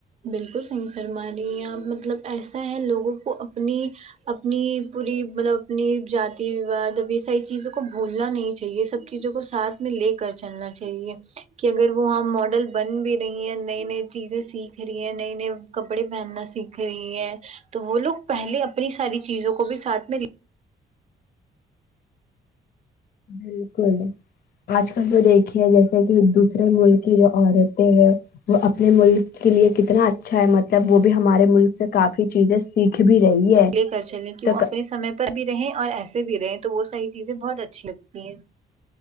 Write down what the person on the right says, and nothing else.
بالکل صحیح فرمارہی ہے اپ مطلب ایسا ہے لوگوں کو اپنی اپنی پوری مطلب اپنی جاتی وواد اب یہ ساری چیزوں کو بھولنا نہیں چاہیے سب چیزوں کو ساتھ میں لے کر چلنا چاہیے کہ اگر وہ ہ ماڈل بن بھی رہی ہیں نئی نئی چیزیں سیکھ رہی ہیں نئے نئے کپڑے پہننا سیکھ رہی ہیں تو وہ لوگ پہلے اپنی ساری چیزوں کو بھی ساتھ میں
لے کر چلیں کہ
وہ اپنے سمے پر بھی رہ اور ایسے بھی رہے تو وہ ساری چیزیں بہت اچھی لگتی ہیں